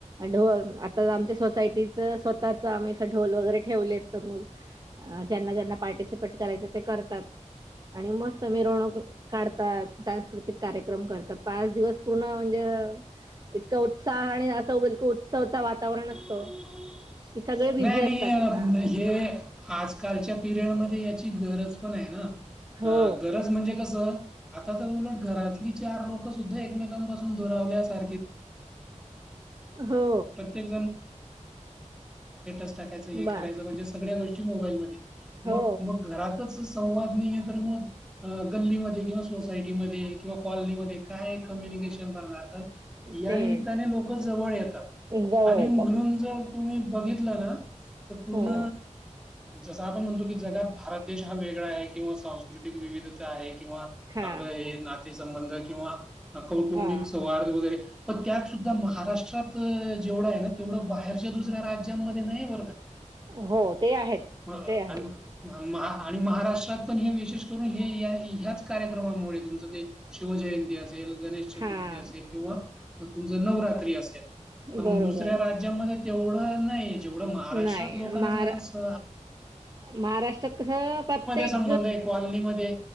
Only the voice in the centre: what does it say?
नाही
आणि
अं,
हे आजकालच्या पिरियडमध्ये याची गरज पण आहे ना
गरज म्हणजे कसं आता तर उलट घरातली चार लोकं सुद्धा एकमेकांपासून दुरावले अस ण
प्रं स टाकायचं हे कराचं
म्हणजे सगळ्या गोष्टी मोबाईलमध्ये
मग मग घरातच संवाद नाही आहे तर मग गल्लीमध्ये किंवा सोसायटीमध्ये किंवा कॉलनीमध्ये काय कम्युनिकेशन राहणार तर या
निमित्ताने लोक जवळ येतात
आणि
म्हणून जर ी बघितलं ना तर पूर्ण
जसं आपण म्हणतो की जगात भारत देश हा वेगळा आहे किंवा सांस्कृतिक विविधता आहे किंवा
आपलं हे नातेसंबंध किंवा कौटुंबिक
सौहार्द वगैरे पण त्यात सुद्धा महाराष्ट्रात जेवढा आहे ना तेवढं बाहेरच्या दुसऱ्या राज्यांमध्ये नाही वर्गात
मग
आणि म म आणि महाराष्ट्रात पण हे विशेष करून हे ह्याच कार्यक्रमामुळे तुमचं ते शिवजयंती असेल गणेश
चतुर्थी असेल किंवा तुमच नवरात्री असेल! पण
दुसऱ्या राज्यामध्ये तेवढं नाही. जेवढं महाराष्ट्रात
लोकांच
-
संबंध आहे कॉलनीमध्ये